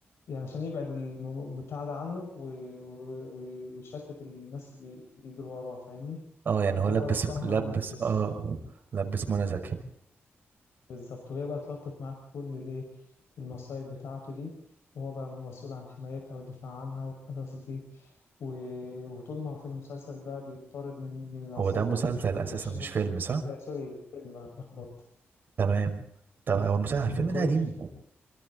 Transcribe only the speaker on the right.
اه يعني
هو لبس
لبس
اه لبس منى زكي
هو ده مسلسل
اساسا
مش فيلم صح
تمام طب هو المسلسل الفيلم
ده قديم